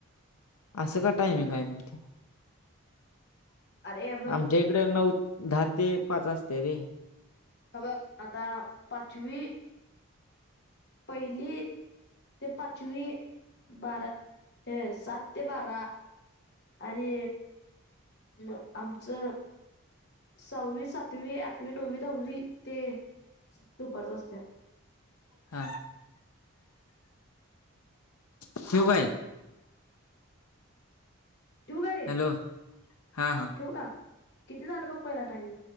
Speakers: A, on the left (about 80°); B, on the left (about 50°).
A: असं का टायमिंग आहे मग ते...
B: अरे हे बघ
A: आमच्या इकड नऊ दहा ते पाच असते रे..
B: हे बघ आता पाचवी... पहिली.. ते पाचवी बारा ह सात ते बारा.. आणि.. म आमचं.. सहावी सातवी आठवी नववी दहावी ते दुपारच असत्या...
A: हा.. शिवाय
B: ठेऊ का रे
A: हॅलो हा हा.
B: ठेऊ का किती झालं बघ पहिला टाईम...